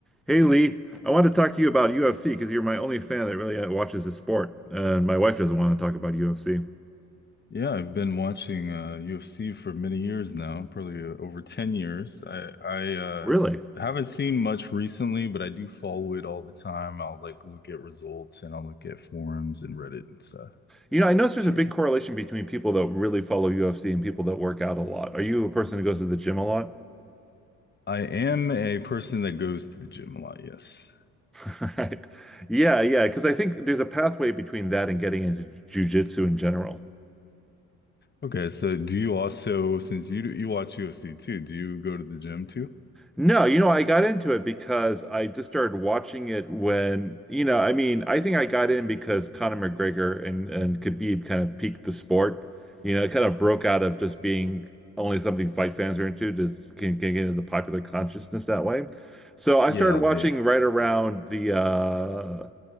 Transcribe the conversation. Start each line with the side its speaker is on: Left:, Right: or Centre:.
Centre: Hey Lee, I want to talk to you about UFC because you're my only fan that really uh, watches the sport, uh, and my wife doesn't want to talk about UFC.
Left: Yeah, I've been watching uh, UFC for many years now, probably uh, over 10 years. I I uh,
Centre: Really?
Left: haven't seen much recently, but I do follow it all the time. I'll like look at results and I'll look at forums and Reddit and stuff
Centre: You know, I notice there's
Left: too.
Centre: a big correlation between people that really follow UFC and people that work out a lot. Are you a person who goes to the gym a lot?
Left: I am a person that goes to the gym a lot, yes.
Centre: <laughs> Right. Yeah, yeah, because I think there's a pathway between that and getting into jiu-jitsu in general.
Left: Okay, so do you also, since you you watch UFC too, do you go to the gym too?
Centre: No, you know, I got into it because I just started watching it when, you know, I mean, I think I got in because Conor McGregor and, and Khabib kind of peaked the sport. You know, it kind of broke out of just being only something fight fans are into to can, can get into the popular consciousness that way. So I
Left: Yeah,
Centre: started watching
Left: the
Centre: right around the uh